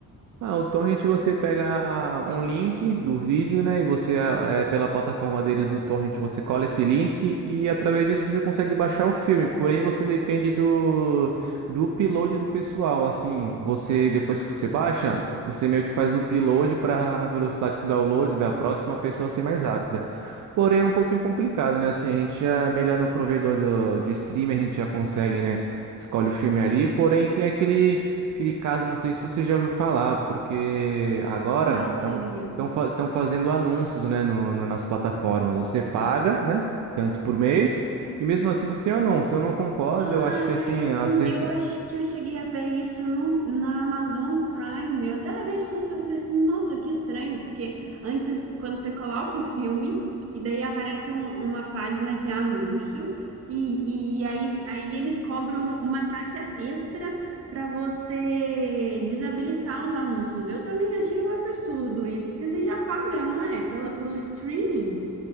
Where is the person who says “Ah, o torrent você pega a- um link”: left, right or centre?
Right